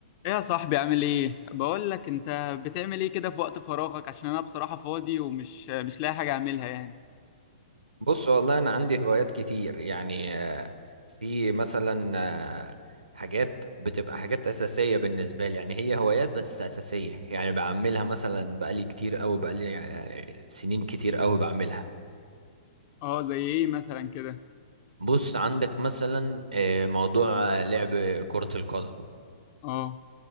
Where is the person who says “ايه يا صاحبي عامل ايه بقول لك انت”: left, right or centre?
Left